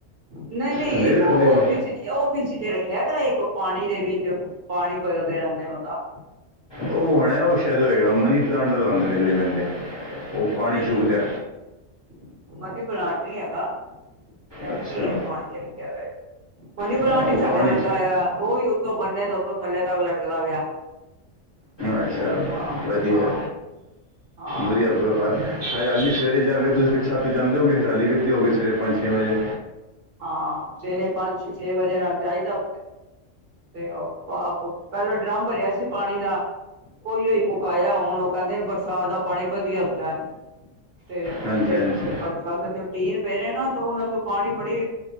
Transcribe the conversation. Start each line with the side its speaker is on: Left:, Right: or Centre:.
Right: ਨਹੀਂ ਨਹੀਂ
Left: ਥੱਲੇ
Right: ਇੱਕ
Left: ਵੀ ਰੱਖਦੇ
Right: ਉਹ
Left: ਓ
Right: ਫਿਸ ਉਹ ਫੀ ਸੀ ਤੇ ਰੱਖਿਆ ਤਾਂ ਇੱਕ ਪਾਣੀ ਦੇ ਵਿੱਚ ਪਾਣੀ ਬਦਲਦੇ ਰਹਿੰਦੇ ਨੇ ਉਹਦਾ
Left: ਉਹ ਹੋਣ ਉਹ ਸ਼ਾਇਦ ਹੋਏਗਾ ਮਨੀ ਪਲਾਂਟ ਦਾ ਲਗਾਉਂਦੇ ਨੇ ਕਲੀ ਬੰਦੇ ਉਹ ਪਾਣੀ
Right: ਨਹੀਂ
Left: ਚੁਕਦੇ
Right: <unintelligible> ਪਲਾਂਟ ਨੀ ਹੈਗਾ ਪਤਾ ਨੀ
Left: ਅੱਛਾ
Right: ਕੀ ਏ <unintelligible> ਮਨੀ ਪਲਾਂਟ
Left: ਹਾਂ, ਉਹ
Right: ਈ ਸਾਡਾ
Left: ਪਾਣੀ
Right: ਲੱਗਾ
Left: 'ਚ
Right: ਹੋਇਆ ਉਹੀ ਉੱਥੋਂ ਬੰਨੇ ਤੇ ਉੱਥੋਂ ਥੱਲੇ ਤੱਕ ਲਟਕਦਾ ਪਿਆ
Left: ਅੱਛਾ
Right: ਹਾਂ
Left: ਵਧੀਆ
Right: ਹਾਂ ਹਾਂ
Left: ਵਧੀਆ ਹਰਿਆਲੀ ਸਵੇਰੇ ਜਾ ਤੁਸੀਂ <unintelligible> ਜਾਂਦੇ ਹੋਗੇ ਹਰਿਆਲੀ ਵੇਖਦੇ ਹੋਗੇ ਸਵੇਰੇ ਪੰਜ ਛੇ ਵਜੇ
Right: ਹਾਂ ਸਵੇਰੇ ਪੰਜ ਛੇ ਵਜੇ ਨਾਲ ਜਾਈ ਦਾ ਤੇ ਉਹ ਪਾਪ ਪਹਿਲਾਂ ਡਰਮ ਭਰਿਆ ਸੀ ਪਾਣੀ ਦਾ ਉਹੀ ਉਹੀ <unintelligible> ਹੁਣ ਉਹ ਕਹਿੰਦੇ ਨੇ ਬਰਸਾਤ ਦਾ ਪਾਣੀ ਵਧੀਆ ਹੁੰਦਾ ਹੈ ਤੇ
Left: ਹਾਂਜੀ
Right: ਉੱਥੇ
Left: ਹਾਂਜੀ
Right: ਅੱਛਾ ਤੇ ਟੀਨ ਪੇ ਰਹੇ ਨਾ ਤੇ ਉਹਨਾਂ ਚੋਂ ਪਾਣੀ ਬੜੀ